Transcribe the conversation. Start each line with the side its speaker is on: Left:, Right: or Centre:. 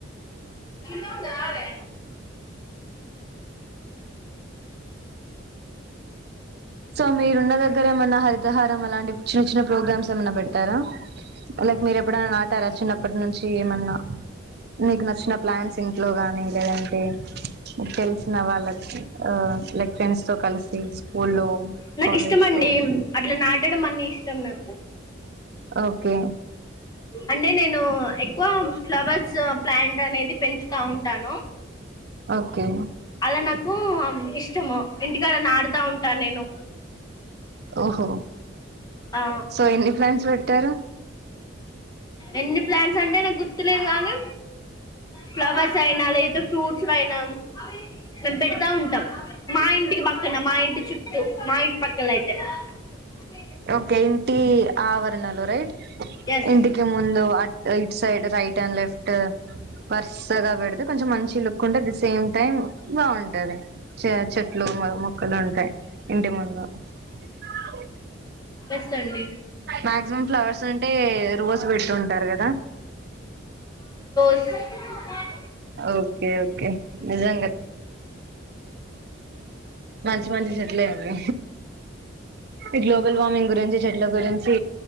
Left: నాే
Right: సో మీరున్న దగ్గర ఏమన్నా హరితహారం అలాంటి చిన్న చిన్న ప్రోగ్రామ్స్ ఏమన్నా పెట్టారా లైక్ మీరు ఎప్పుడైనా నాటారా చిన్నప్పటి నుంచి ఏమన్నా మీకు నచ్చిన ప్లాంట్స్ ఇంట్లో గాని లేదంటే మీకు తెలిసిన వాళ్ళకి ఆ లైక్ ఫ్రెండ్స్ తో కలిసి స్కూల్లో
Left: నాకు
Right: కాలేజ్
Left: ఇష్టం అండి.
Right: లో
Left: అట్లా నాటడం అన్ని ఇష్టం నాకు
Right: ఓకే
Left: అంటే నేను ఎక్కువ ఫ్లవర్స్ ప్లాంట్ అనేది పెంచుతా ఉంటాను.
Right: ఓకే
Left: అలా నాకు ఇష్టము. ఇంటికాడ నాటుతా ఉంటాను. నేను
Right: ఓహో
Left: ఆ
Right: సో ఎన్ని ప్లాంట్స్ పెట్టారు.
Left: ఎన్ని ప్లాంట్స్ అంటే నాకు గుర్తులేదు. గానీ ఫ్లవర్స్ అయినా లేక ఫ్రూట్ పుడైనామ్ మేము పెడతా ఉంటాం మా ఇంటికి పక్కన మా ఇంటి చుట్టూ మా ఇంటి పక్కల అయితే ఏడుంటవ్ <unintelligible>
Right: ఓకే ఇంటి ఆవరణలు రైట్
Left: ఎస్
Right: ఇంటికి ముందు అ right side right and left వర్రసగా పెడితే కొంచెం మంచి లుక్ కుండది సేమ్ టైమ్ బాగుంటది చ చెట్లు మొక్కలు ఉంటాయి ఇంటి ముందు <unintelligible>
Left: ఎస్ అండి.
Right: మాక్సిమం ఫ్లవర్స్ అంటే రోస్ పెట్టుంటారు. గాదా
Left: చేతులు <unintelligible>
Right: ఓకే ఓ కె నిజంగా మంచి మంచి సెటిల్ అయింది ఈ గ్లోబల్ వార్మింగ్ గురించి చెట్ల గురించి